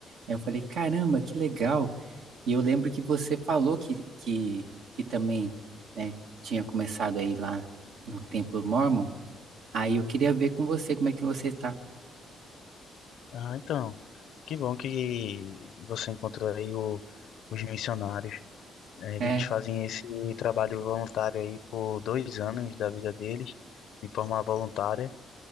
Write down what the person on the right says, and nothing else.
Aí eu falei, caramba, que legal. E eu lembro que você falou que, que, que também, né, tinha começado aí lá no Templo Mormon. Aí eu queria ver com você como é que você tá.
É,